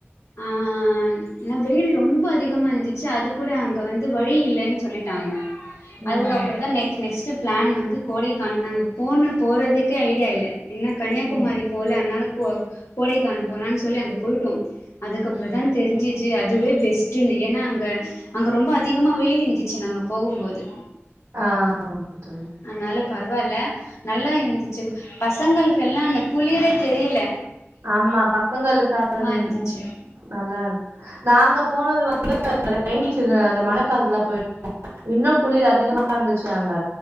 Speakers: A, on the left (about 80°); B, on the right (about 90°).
A: அ இன்னா வெயில் ரொம்ப அதிகமாந்துச்சு அது கூட அங்க வந்து வழி இல்லன்னு சொல்லிட்டா டாங்க
B: ம்
A: அதுக்கப்றம் தா நெக் நெக்ஸ்ட் பிளான் வந்து கோடைக்கா நாங் போனு போறத்துக்கே ஐடியா இல்ல என்ன கன்னியாகுமாரி
B: ம்
A: போலனாலு கோ கோடைக்கானல் போலான் சொல்லி அங்க போயிட்டோ அதுக்கப்றம்
B: ம்
A: தா தெரிஞ்சு ச்சி அதுவே பெஸ்ட்டுன்னு ஏனா அங்க அங்க ரொம்ப அதிகமா வெயில் ந்துச்சு நாங்க போகம்போது
B: ஆ தோழி
A: அனால பரவால நல்லா இருந்துச்சு பசங்களுக்கெல்லா அந்த குளிரே தெரில
B: ஆமா பசங்களுக்காவது
A: இருந்துச்சு
B: ம் நல்லாருக்கு நாங்க போனது வந்து அந்த <unintelligible> ரைனீ சீசன் அந்த மழைக்காலத்துல தா போயிரு இன்னு குளிர் அதிகமா இருந்துச்சு அங்க